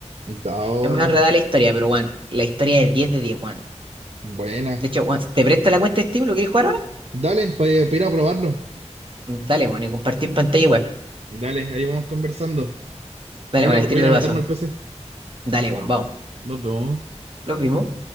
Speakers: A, on the right; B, on the right.
A: Dao.
B: Es más enredada la historia, pero Juan, la historia es 10 de diez Juan.
A: Buena.
B: De hecho, Juan, ¿te presto la cuenta de Steam? ¿Lo quieres jugar ahora?
A: Dale, para ir a probarlo.
B: Dale, Juan, y compartir pantalla y web.
A: Dale, ahí vamos conversando.
B: Dale,
A: Voy
B: Juan,
A: a,
B: el
A: ir a- voy
B: tiro
A: a ir
B: del
A: a
B: vaso.
A: meterme al PC.
B: Dale, Juan, vamos.
A: Nos vemos.
B: Los vimos.